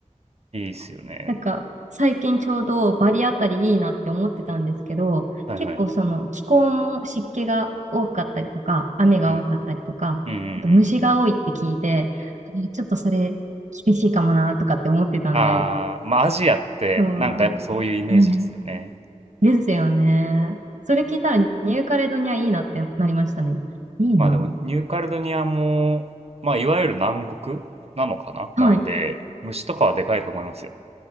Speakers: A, on the right; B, on the right.
A: い。いいっすよね。
B: なんか、最近ちょうどバリあたりいいなって思ってたんですけど、
A: はいはい。
B: 結構その気候も湿気が多かったりとか、雨が多かったりとか、
A: うん。うんうんうん。
B: あと虫が多いって聞いて、あれちょっとそれ厳しいかもなとかって思ってたんで、
A: ああまあアジアってなんかやっぱそういうイメージですよね。
B: そう、はい。ですよね。それ聞いたらニューカレドニアいいなってなりましたね。いいな。
A: まあでもニューカレドニアも、まあいわゆる南国なのかななんで、
B: はい。
A: 虫とかはでかいと思いますよ。